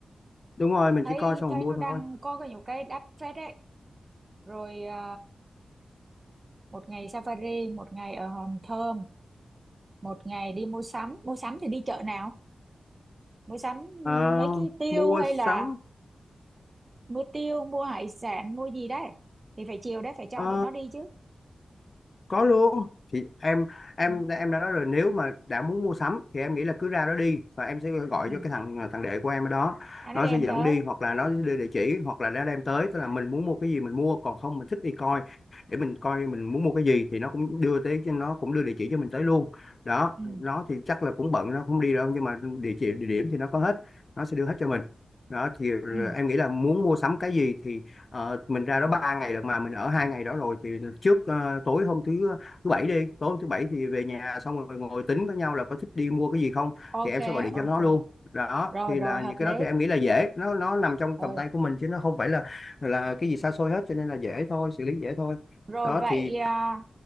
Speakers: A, on the left (about 50°); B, on the right (about 35°).
A: đúng rồi mình
B: thấy
A: chỉ coi xong
B: thấy
A: rồi mua
B: nó
A: thôi
B: đang có cái nhiều cái đắt phết đấy rồi ờ, một ngày safari một ngày ở Hòn Thơm một ngày đi mua sắm mua sắm thì đi chợ nào mua sắm
A: Ờ,
B: mấy cái tiêu
A: mua
B: hay
A: sắm
B: là mua tiêu mua hải sản mua gì đấy thì phải chiều đấy phải cho
A: Ờ,
B: tụi nó đi chứ
A: có luôn thì em em
B: ừ
A: em đã nói rồi nếu mà đã muốn mua sắm thì em nghĩ là cứ ra đó đi và em sẽ gọi
B: ừ
A: cho cái thằng thằng đệ của em ở đó
B: à, nó
A: nó
B: đem
A: sẽ dẫn
B: tới
A: đi hoặc là nó sẽ đưa địa chỉ hoặc là nó đem tới tức là mình muốn mua cái gì mình mua còn không mình thích đi coi để mình coi mình muốn mua cái gì thì nó cũng đưa tới nó cũng đưa địa chỉ cho mình tới luôn đó
B: ừ
A: nó thì chắc là cũng bận nó không đi đâu nhưng mà địa chỉ địa điểm thì nó có hết nó sẽ đưa hết cho mình đó thì
B: ừ
A: em nghĩ là muốn mua sắm cái gì thì Ờ, mình ra đó 3 ngày được mà mình ở hai ngày đó rồi thì trước ờ, tối hôm thứ ờ, thứ bảy đi tối hôm thứ bảy thì về nhà xong rồi ngồi tính với nhau là có thích đi mua cái gì không
B: ok
A: thì em sẽ gọi điện
B: ok
A: cho nó luôn đó
B: rồi
A: thì
B: rồi
A: là những
B: hợp
A: cái
B: lý
A: đó thì em nghĩ là dễ nó nó nằm trong
B: ừ
A: tầm tay của mình chứ nó không phải là là cái gì xa xôi hết cho nên là dễ thôi xử lý dễ thôi
B: rồi
A: đó
B: vậy
A: thì
B: à,